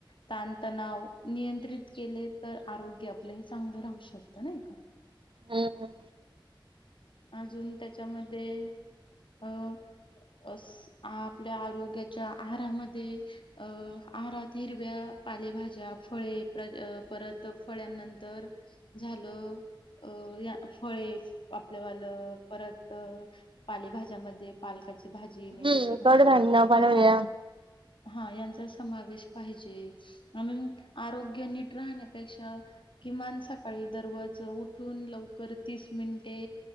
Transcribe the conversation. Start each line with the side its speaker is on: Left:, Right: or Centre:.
Left: ताणतणाव नियंत्रित केले तर आरो की आपलं हे चांगलं राहू शकत नाही का?
Right: हम् हं
Left: अजून त्याच्यामध्ये अं अस आपल्या आरोग्याच्या आहारामध्ये अं आहारात हिरव्या पालेभाज्या फळे प्र परत फळ्यांनंतर झालं अ अ या फळे आपल्या वालं परत पालेभाज्यामध्ये पालकाची भाजी मेथीची
Right: हम्म
Left: भाजी
Right: कडधान्य पालेभाज्या
Left: ह्या पाय हा यांचा समावेश पाहिजे आणि आरोग्य नीट राहण्यापेक्षा किमान सकाळी दरवज उठून लवकर तीस मिनिटे